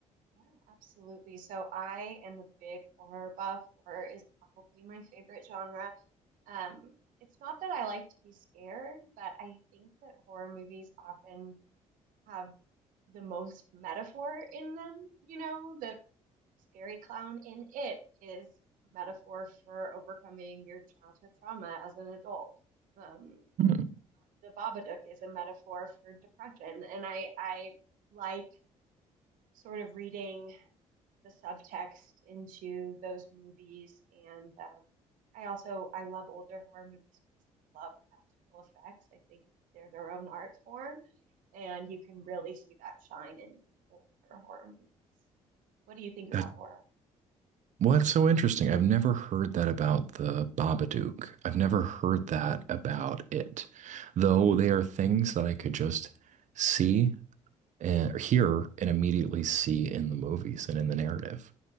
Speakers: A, on the right; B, on the right.
A: Yeah, absolutely. So I am a big horror buff. Horror is probably my favorite genre. Um, it's not that I like to be scared, but I think that horror movies often have the most metaphor in them, you know, that Scary clown in it is a metaphor for overcoming your childhood trauma as an adult. Um,
B: Hmm.
A: the Babadook is a metaphor for depression, and I I like sort of reading the subtext into those movies, and um, I also I love older horror movies. I Love practical effects. I think they're their own art form, and you can really see that shine in older horror movies. What do you think
B: That
A: about horror?
B: well, that's so interesting. I've never heard that about the Babadook. I've never heard that about it, though they are things that I could just see and or hear and immediately see in the movies and in the narrative.